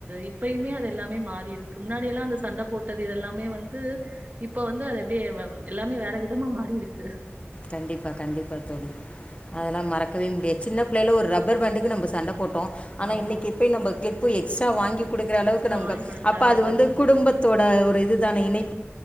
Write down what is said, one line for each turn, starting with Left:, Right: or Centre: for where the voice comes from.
Right: இப்பயுமே அதை எல்லாமே மாறி இருக் க்கு முன்னாடில்லா அந்த சண்ட போட்டது இதெல்லாமே வந் து இப்ப வந்து அது எப்டி வ எல்லாமே வேற விதமா மாறிருக்கு
Left: கண்டிப்பா கண்டிப்பா தோழி அதெல்லா
Right: கண்டிப்பா
Left: மறக்கவே
Right: தோழி
Left: முடியா சின்னப் புள்ளைல ஒரு ரப்பர் பேண்டுக்கு நம்ம சண்ட போட் ஆனா
Right: ஆமா
Left: இன்னக்கி இப்பயு நம்ப க்ளிப் உயக்ஸ் வாங்கி கொடுக்கற அளவுக்கு
Right: எக்ஸ்ட்ரா
Left: நமக்கு
Right: வாங்கி குடுக்குற
Left: அப்ப
Right: அளவுக்கு
Left: அது வந்து
Right: நம்ம
Left: குடும்பத்தோட
Right: மாறி இருக்கோ
Left: ஒரு இது தான இனை